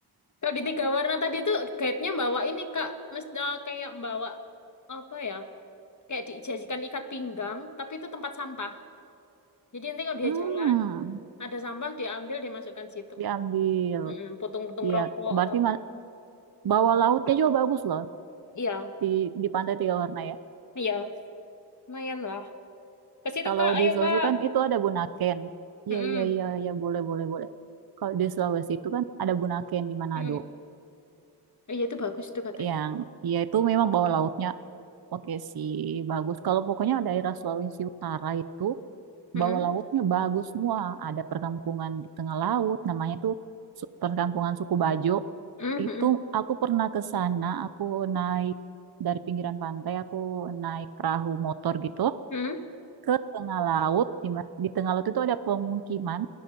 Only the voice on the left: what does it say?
Kalau di tiga warna tadi tuh guide-nya bawa ini Kak, mesti kayak bawa apa ya? Kayak dijajikan ikat pinggang, tapi itu tempat sampah. Jadi nanti kalau dia
jalan, ada sampah diambil dimasukkan situ.
Mm-mm, Putung-putung
rokok
apa apa.
Iya,
iya, lumayan lah. Ke situ
Kak, ayo
Kak.
Mm-mm,
mm-mm. Oh, Iya itu bagus itu katanya.
Mm-mm,
mm-mm,
mm-mm,
mm-mm,